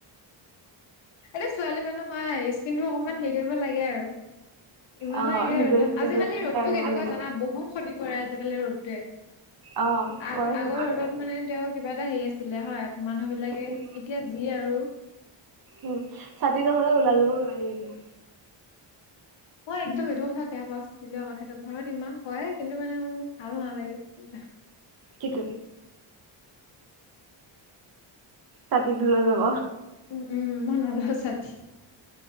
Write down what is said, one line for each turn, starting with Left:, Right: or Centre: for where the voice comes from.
Left: এইটো ছোৱালী মানুহ হয় স্কিন টো অকমান হেৰি কৰিব লাগে আৰু। ইমানো
Right: অ'
Left: একে
Right: নিজৰ
Left: ৰ'দত
Right: স্কিনটো
Left: আজিকালি ৰ'দটো
Right: চাই ল'ব
Left: কেনেকুৱা
Right: লাগে।
Left: জানা বহুত ক্ষতি কৰে আজিকালি ৰ'দটোৱে।
Right: অ'
Left: আগ
Right: কৰাইছে।
Left: আগৰ ৰদত মানে তেওঁক কিবা এটা হেৰি আছিলে হয়, মানুহ বিলাকে
Right: উম,
Left: এতিয়া যি আৰু
Right: উম ছাতি নহ'লে ওলাই যাব নোৱাৰি এতিয়া
Left: মই একদম এইটো কথা বেয়া পাওঁ চাতি লোৱা কথাটো ঘৰত ইমান কয় কিন্তু মানে মোৰ ভাল নালাগে চাতি
Right: কিটো ছাতিটো লৈ যাব
Left: উম উম মই নলওঁ ছাতি